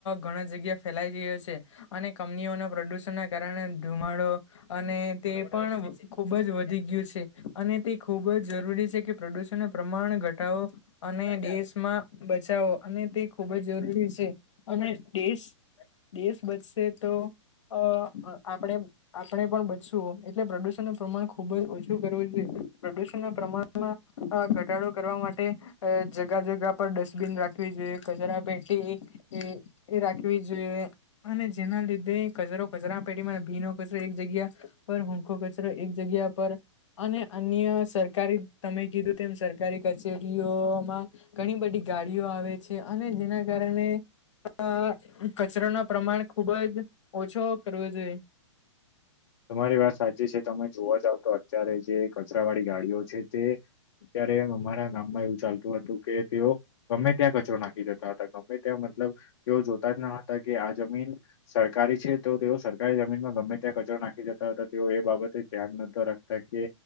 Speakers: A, on the left; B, on the left.
A: ઘણા જગ્યા ફેલાઈ ગયો છે અને કંપનીઓના પ્રદુષણ ના કારણે ધુમાડો અને તે પણ ખુબ જ વધી ગયું છે અને તે ખૂબ જ જરૂરી છે કે પ્રદુ સન પ્રમાણ ઘટાવો અને દેશમાં બચાવો અને તે ખૂબ જ જરૂરી છે અને દેશ દેશ બચશે તો અ આપડે આપડે પણ બચશું એટલે પપ્રદુષ ણ નું પ્રમાણ ખુબ ઓછું કરવું જોઈએ પ્રમાણમાં ઘટાડો કરવા માટે અ જગા જગા પર ડસ્ટબિન રાખવી જોઈએ કચરા પેઠી એ રાખવી જોઈએ. એ અને જેના લીધે કચરો કચરા પેઢમાં ભીનો કચરો એક જગ્યા પર હરખો કચરો એક જગ્યા પર અને અન્ય સરકારી તમ મે કીધું તેમ સરકારી કચેરીઓમાં ઘણી બધી ગાડીઓ આવે છે અને જેના કારણ ને આ કચરો ના પ્રમાણ ખુબ જ ઓછો કરવો જોઈએ
B: તમારી વાત સાચી છે તમે જોવા જાવ તો અત્યારે જે કચરા વાળી ગાડીઓ છે તે અત્યારે અમારા ગામમાં એવું ચાલતું હતું કે તેઓ ગમે ત્યાં કચરો નાખી જતા હતા ગમે ત્યાં મતલબ તેઓ જોતા જ ન હતા કે આ જમીન સરકારી છે તો તેઓ સરકારી જમીનમાં ગમે ત્યાં કચરો નાખ ખી જતા હતા તેઓ એ બાબતે ધ્યાન નતા રાખતા કે